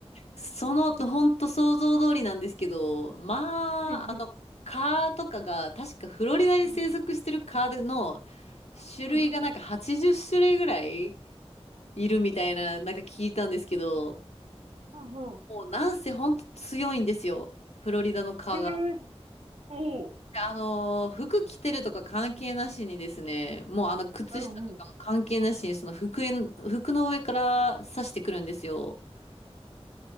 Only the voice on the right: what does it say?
うん。うん。
うん。
うん。
ほうほ
う。ええおおう。
うんうん。